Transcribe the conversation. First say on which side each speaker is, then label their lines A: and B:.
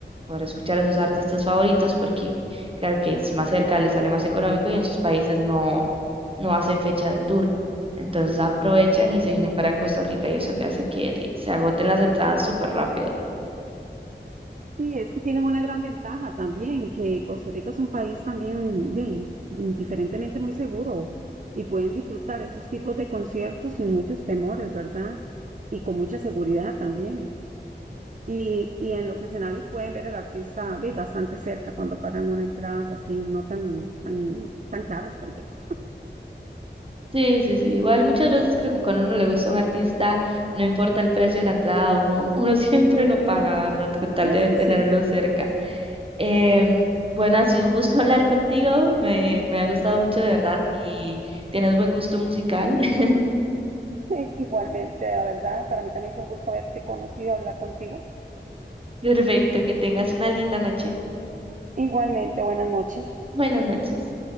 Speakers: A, on the right; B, on the right.
A: para escuchar a sus artistas favoritos porque claro que es más cerca, les sale más económico y en sus países no, no hacen fecha de tour. Entonces aprovechan y se vienen para Costa Rica y eso que hace que di, se agoten las entradas súper rápido.
B: Sí, es que tienen una gran ventaja también, que Costa Rica es un país también bien, indiferentemente muy seguro y pueden disfrutar esos tipos de conciertos sin muchos temores, ¿verdad? Y con mucha seguridad también. Y, y en los escenarios pueden ver al artista bien, bastante cerca cuando pagan una entrada así, no tan, tan, tan caras tal vez. <laughs>
A: Sí, sí, sí. Igual muchas veces creo que cuando uno le gusta a un artista, no importa el precio de la entrada, uno, uno <laughs> siempre lo paga, ¿verdad? Con tal
B: Eso
A: de tenerlo
B: sí,
A: cerca. Em, bueno, ha sido un gusto <laughs> hablar contigo, me, me ha gustado mucho de verdad y tienes buen gusto musical. <laughs>
B: <laughs> igualmente, la verdad, para mí también fue un gusto haberte conocido, hablar contigo.
A: Perfecto, que tengas una linda noche.
B: Igualmente, buenas noches.
A: Buenas noches.